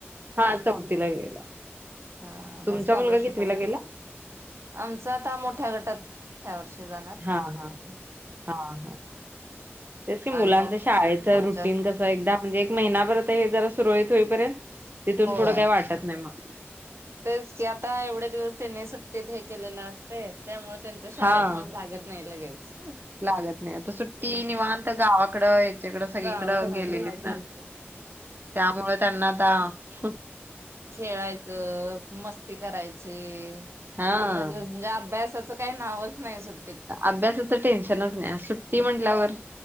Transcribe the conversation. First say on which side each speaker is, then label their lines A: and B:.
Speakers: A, on the right; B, on the right.
A: हा चौथीला गेला
B: हा
A: तुमचा
B: मग स्कॉलरशिप
A: मुलगा कितवीला
B: असलं
A: गेला?
B: आमचा आता मोठ्या गटात ह्या वर्षी जाणार
A: हा ह, हा ह तेस की मुलांच
B: आणि मग
A: शाळेच
B: पुढच्या
A: रुटीन कस एकदा म्हणजे एक महिनापर्यंत हे जरा सुरळीत होईपर्यंत तिथून
B: होय
A: पुढं काही वाटत नाही मग.
B: तेच की आता एवढे दिवस त्यांनी सुट्टीत हे केलेलं असते त्यामुळे त्यांच शाळेत
A: हां.
B: मन लागत नाही लगेच
A: लागत नाही आता सुट्टी निवांत गावाकडं तीकड सगळीकड
B: गावा- हा,
A: गेलेलीत
B: तेच की.
A: ना त्यामुळे त्यांना आता हं
B: खेळायचं मस्ती करायची
A: हां.
B: पूर्ण दिवस म्हणजे अभ्यासच च काय नावच नाय सुट्
A: अभ्यासाच टेन्शनच नाय आज सुट्टी म्हटल्यावर